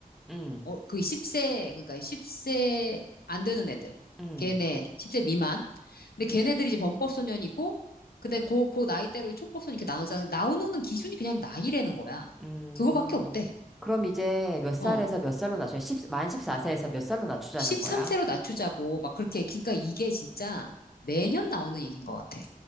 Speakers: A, in the centre; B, on the left (about 85°).
A: 응,
B: 어, 그 10세, 그러니까 10세 안 되는 애들.
A: 응,
B: 걔네, 10세 미만. 근데 걔네들이 이제 범법소년이고, 근데 그, 그 나이대로 촉법소년 이렇게 나누잖아. 나오는 기준이 그냥 나이라는 거야.
A: 응.
B: 그거밖에 없대.
A: 그럼 이제 몇 살에서
B: 어.
A: 몇 살로 낮춰? 십만 14세에서 몇 살로 낮추자는
B: 13세로
A: 거야?
B: 낮추자고 막 그렇게 그러니까 이게 진짜 매년 나오는 얘기인 것 같아.